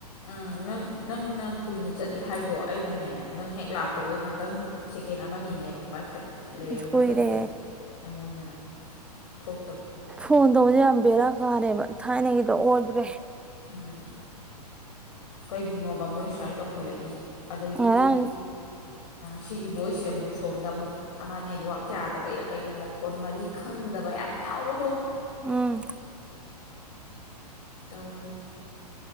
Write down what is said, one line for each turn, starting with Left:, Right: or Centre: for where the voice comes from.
Left: ꯎꯝ ꯅꯪ ꯅꯪꯅ ꯀꯨꯏꯅ ꯆꯠꯂꯦ ꯍꯥꯏꯗꯣ ꯑꯩꯅꯅꯦ ꯅꯪ ꯍꯦꯛ ꯂꯥꯛꯄꯒ ꯉꯥꯛꯇꯪ ꯇꯀꯦꯠ ꯑꯃꯅꯤꯅꯦꯕ ꯄꯥꯏꯈꯠ ꯂꯩꯔꯒ
Centre: ꯑꯁ ꯀꯨꯏꯔꯦ
Left: ꯄꯥꯏꯈꯠꯂꯤꯁꯦ ꯑꯩꯉꯣꯟꯗꯅ ꯊꯣꯛ
Centre: ꯐꯣꯟ ꯇꯧꯕꯁ ꯌꯥꯝ ꯕꯦꯔꯥ ꯀꯥꯔꯦꯕ ꯊꯥꯏꯅꯒꯤꯗꯣ ꯑꯣꯗ꯭ꯔꯦ
Left: ꯎꯝ ꯀꯩꯒꯤꯅꯣꯕ ꯃꯣꯏ ꯁꯨꯃꯥꯏꯅ ꯇꯧꯈꯠꯂꯛꯏꯁꯦ ꯑꯗꯒꯤꯗꯤ
Centre: ꯉꯔꯥꯡ
Left: ꯁꯤꯒꯤ ꯚꯣꯏꯁꯁꯦ ꯑꯃꯨꯛ ꯁꯣꯝꯗ ꯑꯃꯨꯛ ꯑꯃ ꯅꯦꯠꯋꯥꯛ ꯀꯌꯥꯗꯕ ꯀꯩꯔ ꯀꯩꯅꯣ ꯃꯈꯣꯟ ꯃꯔꯤ ꯈꯪꯗꯕ ꯌꯥꯝ ꯌꯥꯎꯕꯗꯣ
Centre: ꯎꯝ
Left: ꯇꯧꯔꯤꯦ